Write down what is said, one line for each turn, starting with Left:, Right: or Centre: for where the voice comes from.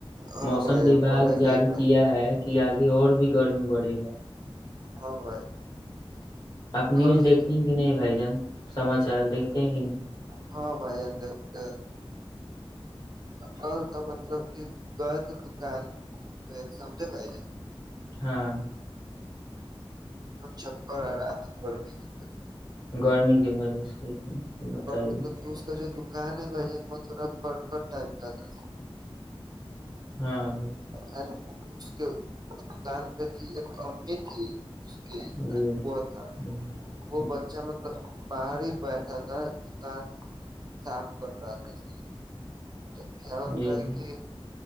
Right: ہاں
Left: موسم
Right: بھائی جان
Left: وباگ
Right: بڑھے
Left: جاری
Right: گئی بات
Left: کیا ہے کہ آگے اور بھی گرمی بڑھے گا
Right: ہاں بھائی
Left: آپ نیوز
Right: گھر
Left: دیکھتے
Right: سے
Left: ہیں کہ نہیں بھائی جان سماچار دیکھتے ہیں کہ نہیں
Right: ہاں بھائی جان دیکھتے ہیں کل مطلب کہ گئے تو دکان تو سمجھا پے
Left: ہاں <inaudible>
Right: چھکر آ رہا تھا پڑنے کی
Left: گرمی کی وجہ سے اتنی بتائیے
Right: مطلب کوش کا جو کہا نہیں بھ جان وہ تھوڑا پرپ ٹائم کا تھا
Left: ہاں بھائی
Right: ہڈ <inaudible> اس کے بن پہ تھی ایک امی تھی کی
Left: جی
Right: اینڈ
Left: <inaudible>
Right: وہ تھا
Left: ہ <inaudible>
Right: وہ بچہ مطلب باہر ہی بیٹھا تھا کان صاف کر رہا تھا تھا تو کیا ہوتا
Left: جی
Right: ہے کہ